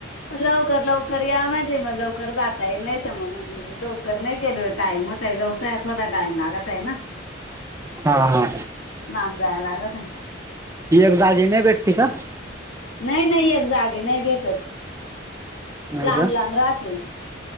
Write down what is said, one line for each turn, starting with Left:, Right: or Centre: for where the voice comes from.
Left: लवकर लवकर या म्हंजे मग लवकर जाता ये नाही तर म्हण लो कर नाही गेलो टाईम होतय व्यवसाय थोडा टाईम लागत आहे ना.
Right: हा हा
Left: लांब जायला लागत हाय.
Right: ती एक दाजी नाही भेटते का?
Left: नाही नाही एक जागी नाही भेटत.
Right: नाही
Left: लांब
Right: का?
Left: लांब राहते